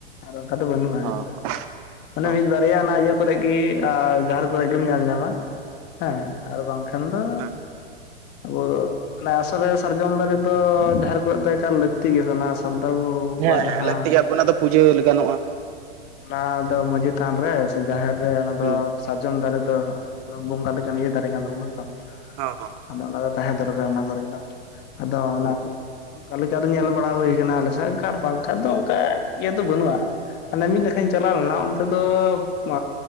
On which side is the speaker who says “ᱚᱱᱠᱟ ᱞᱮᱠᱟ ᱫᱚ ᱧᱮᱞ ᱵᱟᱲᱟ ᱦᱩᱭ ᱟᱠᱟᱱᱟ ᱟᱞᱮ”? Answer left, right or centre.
Left